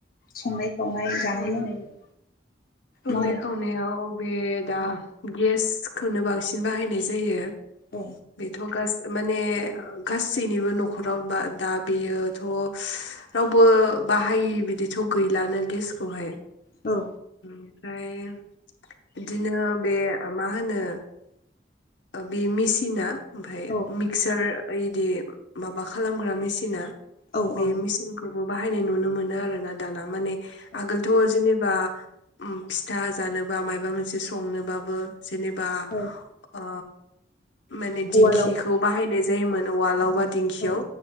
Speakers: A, on the left (about 50°); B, on the left (about 85°).
A: संनाय संनाय जानाय
B: उम
A: लोंनायखौ
B: संनाय
A: मावनाय
B: खावनायाव बे दा गेसखौनो बांसिन बाहायनाय जायो।
A: औ
B: बेथ गास माने गासैनिबो नखराव बा दा बेयोथ रावबो बाहायि बिदिथ गैलानो गेसखौहाय।
A: औ
B: ओमफ्राय बिदिनो बे मा होनो बे मेसिना ओमफाय
A: औ
B: मिक्सार ऐ दि माबा खालामग्रा मेसिना
A: औ
B: बे मिसिन खौबो बाहायनाय नुनो मोनो आरोना दाना माने
A: औ
B: आगोलथ जेने बा उम फिथा जानोबा मायबा मोनसे संनोबाबो जेनेबा
A: औ
B: अ <unintelligible> माने दिंखिखौ
A: उवालाव
B: बाहायनाय जायोमोन औवालावबा दिंखियाव
A: औ